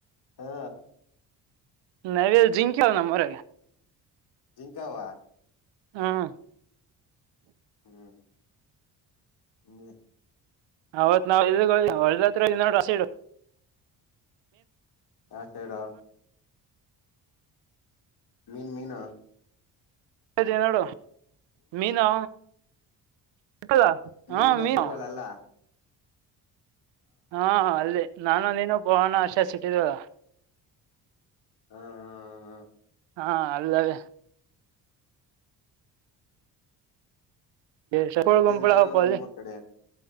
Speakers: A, on the left (about 55°); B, on the right (about 70°).
A: ಹಾ
B: ನವಲ್ ಜಿಂಕಿಯ ನ ಮರ
A: ಜಿಂಕಾವ
B: ಹಾಂ
A: ಹ್ಮ್ಂ ಇಂಗ್ಗ್
B: ಅವತ್ ನಾವ್ ಏಲ್ಒಳ್ಳದತ್ರ -ಇ -ನೋಡು ಆಸಿಡ್
A: ಯಾ- ಸೈಡು ಮೀನ್ -ಮೀನಾ
B: ಅದೇ ನೋಡು ಮೀನು ಸಿಕ್ಕಲ್ಲ
A: ಮೀನ್
B: ಹಾ
A: ಬಸ್ರದಳ್ಲ
B: ಮೀನು ಹಾ -ಅಲ್ಲಿ ನಾನು ನೀನು ಪೋವಾನ ಆಶೆ ಸಿಟ್ಟಿದಳ
A: ಹಾ -ಹಾ- ಹಾ -ಹಾ
B: ಹಾ -ಹ್-ಅಲ್ಲದೆ ಗುಂಪಳ
A: ಹಾ
B: ಗುಂಪಳವಪ್ಪ
A: ಇನ್ನೇನಾವ್ ನಿಮ್ಮೂರ್
B: ಅಲ್ಲಿ
A: ಕಡೆ